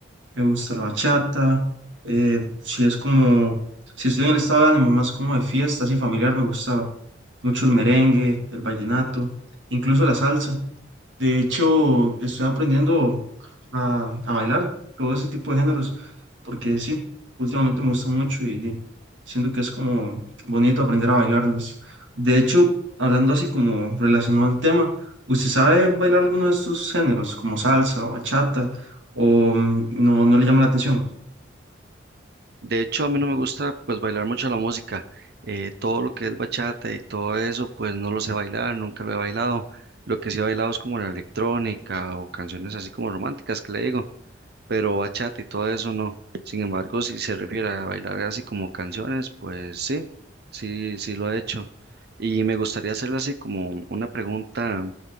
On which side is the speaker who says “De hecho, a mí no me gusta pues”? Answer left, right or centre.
Right